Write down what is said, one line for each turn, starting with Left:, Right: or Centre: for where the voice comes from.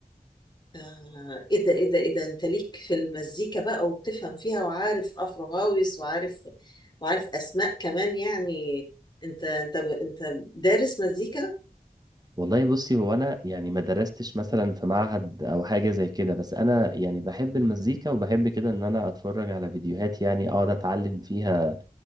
Left: آه، ايه ده ايه ده ايه ده انت ليك في المزيكا بقى وبتفهم فيها وعارف افرو هاويس وعارف وعارف اسماء كمان يعني انت انت انت دارس مزيكا
Right: والله بصي هو أنا يعني ما درستش مثلا في معهد أو حاجة زي كده بس أنا يعني بحب المزيكا وبحب كده إن أنا أتفرج على فيديوهات يعني أقعد أتعلم فيها